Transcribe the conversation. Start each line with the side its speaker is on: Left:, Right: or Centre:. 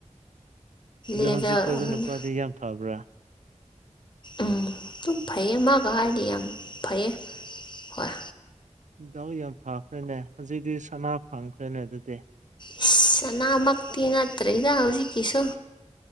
Right: ꯑꯗꯣ
Left: ꯂꯦꯚꯦꯜ
Right: ꯍꯧꯖꯤꯛ ꯀꯣꯏꯕ
Left: ꯑꯃꯅꯤ
Right: ꯅꯨꯄꯥꯗꯤ ꯌꯥꯝ ꯐꯕ꯭ꯔꯥ
Left: ꯎꯝ ꯑꯗꯨꯝ ꯐꯩꯌꯦ ꯃꯥꯒ ꯍꯥꯏꯔꯗꯤ ꯌꯥꯝ ꯐꯩꯌꯦ ꯍꯣꯏ
Right: ꯗꯥꯎ ꯌꯥꯝ ꯐꯈ꯭ꯔꯦꯅꯦ ꯍꯧꯖꯤꯛꯇꯤ ꯁꯅꯥ ꯐꯪꯈ꯭ꯔꯦꯅꯦ ꯑꯗꯨꯗꯤ
Left: ꯏꯁ ꯁꯅꯥꯃꯛꯇꯤ ꯅꯠꯇ꯭ꯔꯔꯤꯗ ꯍꯧꯖꯤꯛꯀꯤꯁꯨ